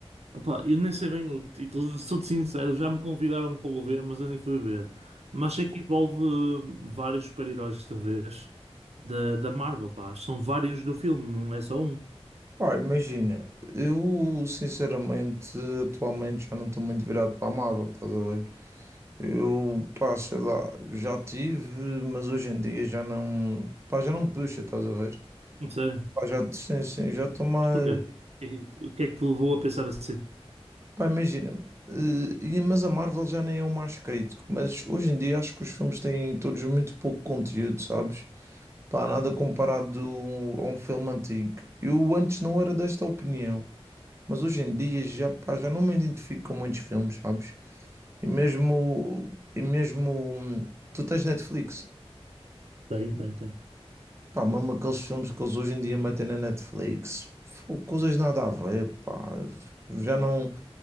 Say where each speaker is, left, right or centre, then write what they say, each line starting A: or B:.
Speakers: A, on the right; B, on the right.
A: Opá, eu nem sei bem o título, sou-te sincero, já me convidaram para o ver, mas eu nem fui ver. Mas sei que envolve hum, vários super-heróis desta vez da, da Marvel, pá. São vários do filme, não é só um.
B: Pá, imagina, eu sinceramente, atualmente já não estou muito virado para a Marvel, estás a ver? Eu, pá, sei lá, já tive, mas hoje em dia já não, pá, já não me puxa, estás a ver?
A: Não sei.
B: Pá, já, sim, sim, já estou mais,
A: Mas porquê? O que é que o que é que te levou a pensar assim?
B: pá, imagina, eh, e- mas a Marvel já nem é o mais crítico, mas hoje em dia acho que os filmes têm todos muito pouco conteúdo, sabes? Pá, nada comparado a um filme antigo. Eu antes não era desta opinião, mas hoje em dia já, pá, já não me identifico com muitos filmes, sabes? E mesmo, e mesmo hum, tu tens Netflix,
A: Tem, tem, tem.
B: pá, mesmo aqueles filmes que eles hoje em dia metem na Netflix, fô, coisas nada a ver, pá. Já não,